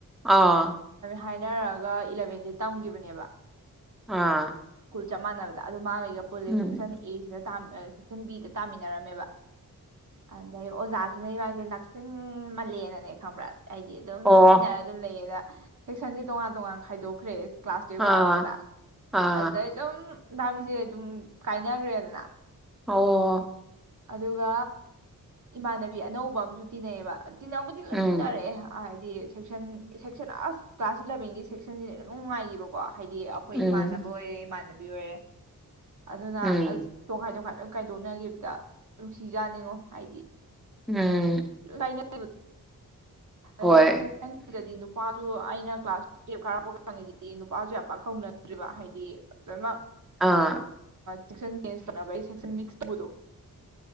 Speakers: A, in the centre; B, on the right (about 60°).
A: ꯑꯥ
B: ꯍꯥꯏꯅꯔꯛ ꯑꯥ ꯏꯂꯚꯦꯟꯁꯦ ꯇꯝꯒꯤꯕꯅꯦꯕ
A: ꯑꯥ
B: ꯆꯞ ꯃꯥꯟꯅꯕꯗ ꯑꯗꯨ ꯃꯥꯒꯥ ꯄꯨꯜꯂꯦ
A: ꯎꯝ
B: ꯁꯦꯛꯁꯟ ꯑꯦꯁꯤꯗ ꯇꯥꯃꯤꯟ ꯁꯦꯛꯁꯟ ꯕꯤꯗ ꯇꯥꯃꯤꯟ ꯅꯔꯝꯃꯦꯕ ꯑꯗꯩ ꯑꯣꯖꯥ ꯗꯩ ꯏꯕꯥꯟꯅꯤꯖ ꯅꯛꯁꯤꯟꯃꯜꯂꯦꯅꯅꯦ ꯈꯪꯕ꯭ꯔꯥ ꯍꯥꯏꯗꯤ ꯑꯗꯨꯝ
A: ꯑꯣ
B: ꯐꯝꯃꯤꯟꯅꯔ ꯑꯗꯨꯝ ꯂꯩꯌꯦꯕ ꯇꯨꯁꯟꯁꯦ ꯇꯣꯉꯥꯟ ꯇꯣꯉꯥꯟ ꯈꯥꯏꯗꯣꯛꯈ꯭ꯔꯦ ꯀ꯭ꯂꯥꯁ ꯇꯨꯋꯦꯞ
A: ꯑꯥ
B: ꯀꯥꯔꯛꯄꯗ
A: ꯑꯥ
B: ꯑꯗꯨꯗꯩ ꯑꯗꯨꯝ ꯢꯕꯥꯟꯅꯤꯁꯦ ꯑꯗꯨꯝ ꯀꯥꯏꯅ ꯒꯔꯦꯗꯅ
A: ꯑꯣ
B: ꯑꯗꯨꯒ ꯏꯃꯥꯟꯅꯕꯤ ꯑꯅꯧꯕ ꯑꯃꯁꯨ ꯇꯤꯟꯅꯩ ꯑꯦꯕ ꯇꯤꯟꯅꯕꯨꯗꯤ ꯂꯣꯏ
A: ꯎꯝ
B: ꯇꯤꯟꯅꯔꯛꯑꯦ ꯍꯥꯏꯗꯤ ꯁꯦꯛꯁꯟ ꯁꯦꯛꯁꯟ ꯑꯁ ꯀ꯭ꯂꯥꯁ ꯏꯂꯦꯚꯦꯟꯒꯤ ꯁꯦꯛꯁꯟꯁꯤ ꯏꯅꯨꯡ ꯅꯨꯡꯉꯥꯏꯈꯤꯕꯀꯣ ꯍꯥꯏ ꯗꯤ ꯑꯩꯈꯣꯏ
A: ꯎꯝ
B: ꯏꯃꯥꯟꯅꯕ ꯑꯣꯌꯦ ꯃꯥꯗꯣ ꯗꯤ ꯑꯣꯢꯔꯦ ꯑꯗꯨꯅ
A: ꯎꯝ
B: ꯑꯁ ꯇꯣꯈꯥꯏ ꯇꯣꯛꯈꯥꯏ ꯈꯥꯏꯗꯣꯛꯅꯈꯤꯕꯗ ꯅꯨꯡꯁꯤꯖꯥꯠꯅꯤꯉꯣ ꯍꯥꯏꯗꯤ
A: ꯎꯝ
B: ꯂꯩꯅ <unintelligible> ꯑꯗꯨꯅ
A: ꯍꯣꯏ
B: ꯁꯦꯛꯁꯟ ꯕꯤꯗꯗꯤ ꯅꯨꯄꯥꯁꯨ ꯑꯩꯅ ꯑꯩꯅ ꯀ꯭ꯂꯥꯁ ꯇꯨꯌꯦꯞ ꯀꯥꯔꯛꯄ ꯀꯥꯟꯗꯗꯤ ꯅꯨꯄꯥꯁꯨ ꯌꯥꯝ ꯄꯥꯛ ꯀꯧꯅꯗ꯭ꯔꯤꯕ ꯍꯥꯏꯗꯤ ꯂꯣꯏꯅꯃꯛ
A: ꯑꯥ
B: ꯁꯦꯛꯁꯟ ꯆꯦꯟꯁ ꯇꯧꯕꯒꯤ ꯁꯦꯛꯁꯟ ꯃꯤꯛꯁ ꯇꯧꯕꯗꯣ